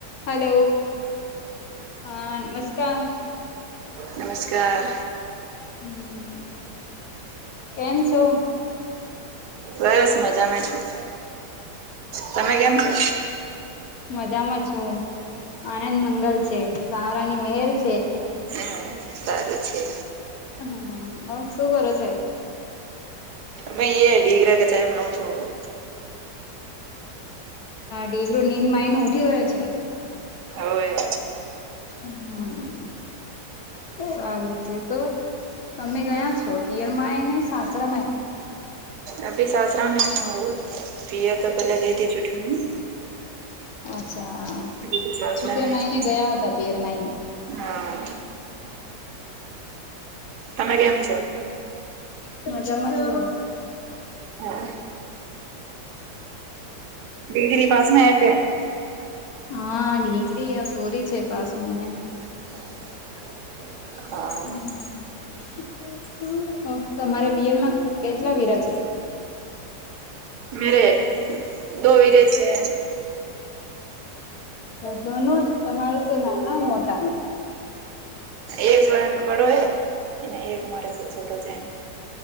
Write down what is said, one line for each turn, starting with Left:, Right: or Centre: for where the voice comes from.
Left: Hello હા નમસ્કાર
Right: નમસ્કાર
Left: હમ્મ કેમ છો?
Right: બસ મજામાં છું, તમે કેમ છો?
Left: મજામાં છું આનંદ મંગલ છે સાવરાની મહેર છે,
Right: હા સારું છે,
Left: હમ્મ શું કરો છો?
Right: ભ એ ડીગરા કચ ભણ છું. <inaudible>
Left: દીકરો નીંદ માય ન ઉઠી ગયો છે,
Right: હવે.
Left: હમ્મ સારું છે, તો તમે ગયા છો પિયર માય ને સાસરામાંય?
Right: અભી સાસરા મે હું પય તો પહેલે ગઈ હતી છુમાં
Left: અચ્છા
Right: તો સાસરા
Left: છપર
Right: મે
Left: માઈને
Right: છું
Left: ગયા હતા, પિયર માઈને
Right: હા, તમે કેમ છો?
Left: મજામાં <inaudible>
Right: હા ડિગ્રી <unintelligible>
Left: હા ડગ્રિયા સોરી છેે, પાસમાંને
Right: <inaudible> હા
Left: <unintelligible> તમારે પિયરમાં કેટલા વીરા છે? <inaudible>
Right: મેરે દો વીરે છે
Left: હ ન તમારે છે ના ના મોટા
Right: એક બન બડો હૈ એને એક મારે છોટો છે,